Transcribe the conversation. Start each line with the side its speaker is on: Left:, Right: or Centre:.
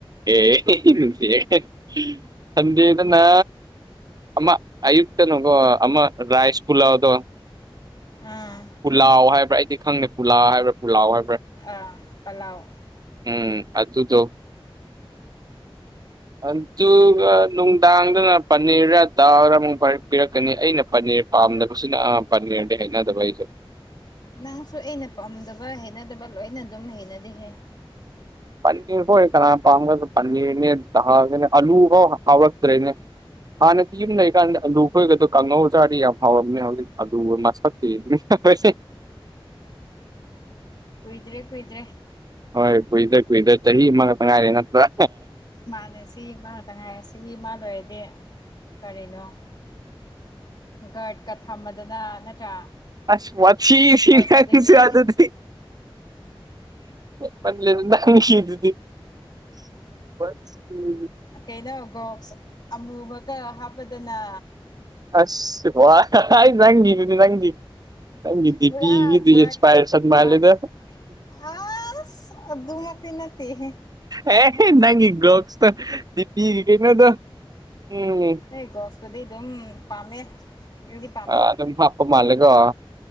Right: ꯑꯦ <unintelligible> ꯁꯟꯗꯦꯗꯅ ꯑꯃ ꯑꯌꯨꯛꯇꯅꯨꯒꯣ ꯑꯃ ꯔꯥꯏꯁ ꯄꯨꯂꯥꯎꯗꯣ꯫
Left: ꯎꯝ꯫
Right: ꯄꯨꯂꯥꯎ ꯍꯥꯏꯕ꯭ꯔꯥ ꯑꯩꯗꯤ ꯈꯪꯗꯦ ꯄꯨꯂꯥꯥꯎ ꯍꯥꯏꯕ꯭ꯔꯥ ꯄꯨꯂꯥꯎ ꯍꯥꯏꯕ꯭ꯔꯥ
Left: ꯑꯥ ꯄꯜꯂꯥꯎꯑ
Right: ꯎꯝ ꯑꯗꯨꯗꯣ ꯑꯗꯨꯒ ꯅꯨꯡꯗꯥꯡꯗꯅ ꯄꯅꯤꯔ ꯗꯥꯎꯔ ꯑꯃꯨꯛ ꯄꯥꯏꯔ ꯄꯤꯔꯛꯀꯅꯤ ꯑꯩꯅ ꯄꯅꯤꯔ ꯄꯥꯝꯗꯕꯁꯤꯅ ꯑꯥ ꯄꯅꯤꯔꯗꯤ ꯍꯅꯗꯕ ꯑꯩꯁꯨ
Left: ꯅꯪꯁꯨ ꯑꯩꯅ ꯄꯥꯝꯗꯕ ꯍꯩꯅꯗꯕ ꯂꯣꯏꯅ ꯑꯗꯨꯝ ꯍꯩꯅꯗꯤꯍꯦ
Right: ꯄꯅꯤꯔ ꯐꯥꯎ ꯀꯅꯥ ꯄꯥꯝꯒꯗ ꯄꯅꯤꯔꯅꯦ ꯑꯂꯨ ꯐꯥꯎ ꯍꯧꯎꯔꯛꯇ꯭ꯔꯦꯅꯦ ꯍꯥꯟꯅꯗꯤ ꯌꯨꯝ ꯂꯩꯩꯔꯤꯀꯥꯟꯗ ꯑꯂꯨ ꯈꯣꯏꯒꯗꯣ ꯀꯥꯡꯉꯧ ꯖꯥꯔꯗꯤ ꯌꯥꯝ ꯍꯥꯎꯔꯝꯃꯦꯅꯦ ꯍꯧꯖꯤꯛ ꯑꯗꯨꯒ ꯃꯁꯛ ꯎꯁꯦ <inaudible>
Left: ꯀꯨꯏꯗ꯭ꯔꯦ ꯀꯨꯏꯗ꯭ꯔꯦ꯫
Right: ꯍꯣꯏ ꯀꯨꯏꯗ꯭ꯔꯦ ꯀꯨꯏꯗ꯭ꯔꯦ ꯆꯍꯤ ꯑꯃꯈꯛꯇ ꯉꯥꯏꯔꯦ ꯅꯠꯇ꯭ꯔꯥ꯫
Left: ꯃꯥꯅꯦ ꯆꯥꯁꯤ ꯑꯃꯥ ꯈꯥꯛꯇ ꯉꯥꯏꯔꯦ ꯆꯁꯤ ꯑꯃ ꯂꯣꯏꯔꯗꯤ ꯀꯔꯤꯅꯣ ꯒꯥꯔꯗꯀ ꯊꯝꯃꯗꯅ ꯅꯠꯇ꯭ꯔꯥ
Right: ꯑꯁ ꯋꯥꯊꯤꯗꯤ
Left: ꯇꯧꯊꯗꯣꯏꯅꯦ
Right: ꯅꯪꯁꯨ ꯑꯗꯨꯗꯤ ꯇꯜꯂꯦꯗ ꯅꯪꯒꯤꯗꯨꯗꯤ꯫ <unintelligible>
Left: ꯀꯩꯅꯣ ꯒꯣꯛꯁ ꯑꯃꯨꯕꯒ ꯍꯥꯞꯄꯗꯅ꯫
Right: ꯑꯁ ꯋꯥ ꯅꯪꯒꯤꯗꯨꯗꯤ ꯅꯪꯒꯤ꯫ ꯅꯪꯒꯤꯗꯨꯗꯤ
Left: ꯄꯨꯔꯥ ꯒꯥꯔꯗ
Right: ꯑꯦꯛꯁꯄꯥꯏꯔꯁ ꯑꯗꯨ ꯃꯥꯂꯦꯗ
Left: ꯒꯥꯔꯗ ꯑꯁ ꯑꯗꯨꯃꯛꯇꯤ ꯅꯠꯇꯦꯍꯦ꯫
Right: ꯑꯦ ꯅꯪꯒꯤ ꯒꯣꯛꯁꯇꯣ꯫ ꯗꯤꯄꯤꯒꯤ ꯀꯩꯅꯣꯗ ꯎꯝ ꯎ
Left: ꯑꯩ ꯒ꯭ꯔꯣꯛꯁꯄꯨꯗꯤ ꯑꯗꯨꯝ ꯄꯥꯝꯃꯦ ꯑꯗꯨꯗꯤ ꯄꯥꯝꯃꯦ
Right: ꯑ ꯑꯗꯨꯝ ꯍꯥꯞꯄ ꯃꯥꯂꯦꯀꯣ꯫